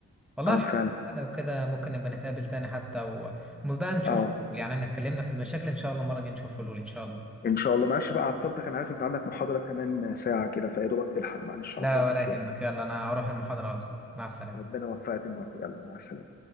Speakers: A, in the centre; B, on the left.
A: والله
B: اه
A: الحمد
B: فعلا
A: لله لو كده ممكن نبقى نتقابل تاني حتى ونبقى نشوف
B: اه
A: يعني أنا اتكلمنا في المشاكل إن شاء الله المرة الجاية نشوف حلول إن شاء الله
B: ان شاء الله معلش بقى عطلتك انا عارف انت عندك محاضره كمان ساعه كده فيا دوبك تلحق معلش
A: لا
B: عطلتك
A: ولا
B: شويه
A: يهمك يلا أنا هروح المحاضرة على طول مع السلامة
B: ربنا يوفقك النهارده يلا مع السلامه